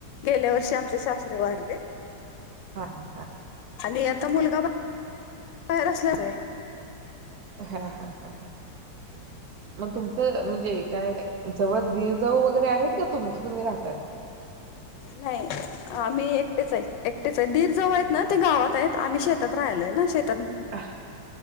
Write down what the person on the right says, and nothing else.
हा हा हा हा.
हा हा हा मग तुमचं म्हणजे काय जवळ दीर-जाऊ वगैरे आहेत का? तुमचं तुम्ही राहताय.
हा